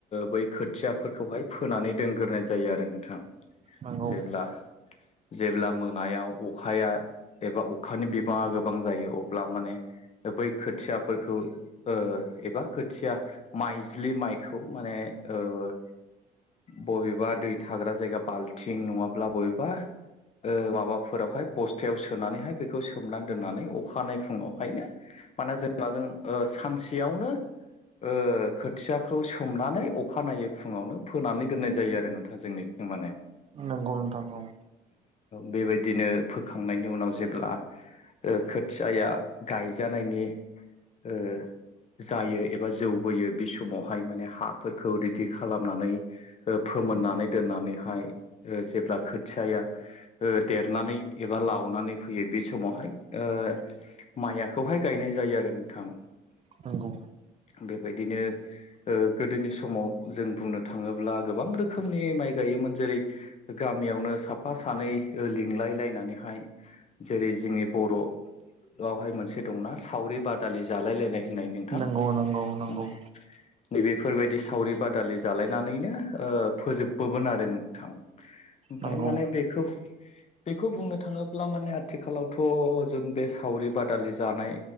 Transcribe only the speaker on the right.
नंगौ
नंगौ नोंथां औ
नंगौ
नंगौ नंगौ नोंथां
नंगौ नोंथां औ नंगौ
नंगौ